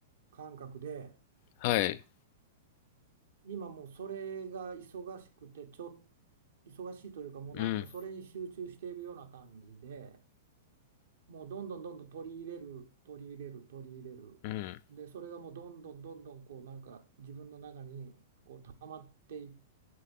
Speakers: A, on the right (about 70°); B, on the left (about 50°).
A: 感覚で、
B: はい。
A: 今もうそれが忙しくて、ちょっ、忙しいというか、もうなんかそれに集中しているような感じで、
B: うん。
A: もうどんどんどんどん取り入れる取り入れる取り入れるでそれがもうどんどんどんどんこうなんか自分の中にこう溜まっていっ
B: うん。